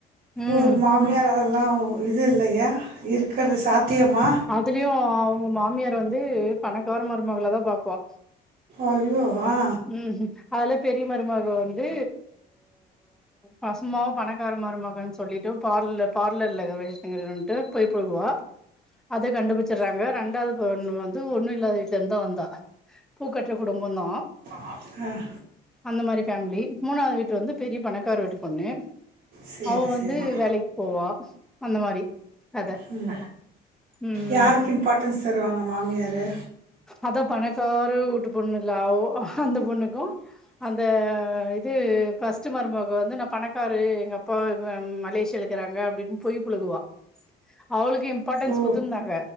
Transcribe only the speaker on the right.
ஒரு மாமியார் அதெல் ல்லா இது இல்லயா இருக்கறது சாத்தியமா
ஐயோ ஆ
ம்
சரி
சரி
ம்
யாருக்கு இம்பார்ட்டன்ஸ் தருவாங்க மாமியாரு
ஓ